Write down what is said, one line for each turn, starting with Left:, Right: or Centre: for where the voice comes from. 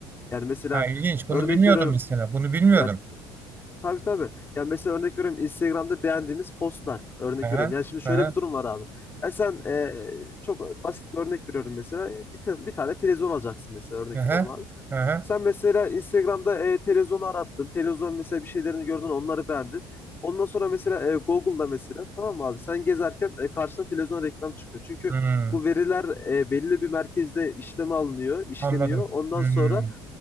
Left: Yani mesela
Right: Ha, ilginç.
Left: örnek
Right: Bunu bilmiyordum
Left: veriyorum
Right: mesela. Bunu bilmiyordum.
Left: ya tabii tabii. Yani mesela örnek veriyorum Instagram'da beğendiğimiz postlar örnek
Right: Aha,
Left: veriyorum. Yani şimdi şöyle
Right: aha,
Left: bir durum var abi. Ya sen e, çok basit bir örnek veriyorum mesela. E, Bir, te- bir tane televizyon alacaksın mesela örnek
Right: aha,
Left: veriyorum abi.
Right: aha.
Left: Sen mesela Instagram'da e, televizyonu arattın. Televizyon mesela bir şeylerini gördün, onları beğendin. Ondan sonra mesela e, Google'da mesela tamam mı abi sen gezerken e, karşına televizyon reklam çıkıyor. Çünkü
Right: Hmm.
Left: bu veriler e, belli bir merkezde işleme alınıyor, işleniyor.
Right: Anladım.
Left: Ondan
Right: Hmm.
Left: sonra